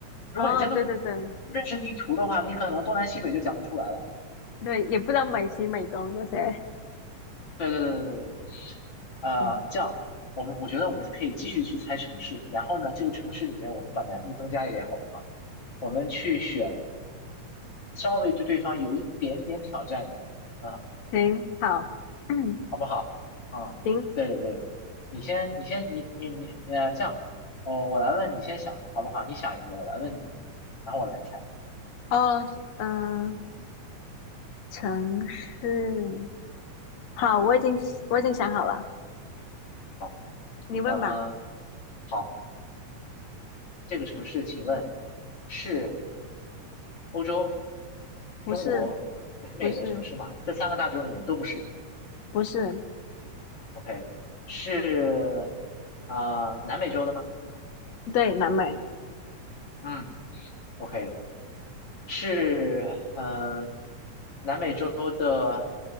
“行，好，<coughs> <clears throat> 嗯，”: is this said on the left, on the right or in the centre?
Left